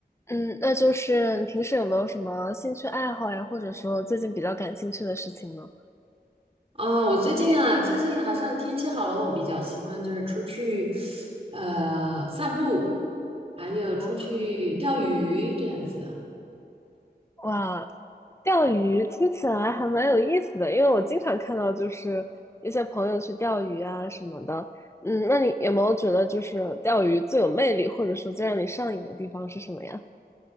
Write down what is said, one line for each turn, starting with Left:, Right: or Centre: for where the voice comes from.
Left: 嗯，那就是你平时有没有什么兴趣爱好呀，或者说最近比较感兴趣的事情呢？
Right: 啊，我最近啊，最近好像天气好了，我比较喜欢就是出去，呃，散步，还有出去钓鱼这样子。
Left: 啊，哇，钓鱼听起来还蛮有意思的，因为我经常看到就是一些朋友去钓鱼啊什么的。嗯，那你有没有觉得就是钓鱼最有魅力，或者说最让你上瘾的地方是什么呀？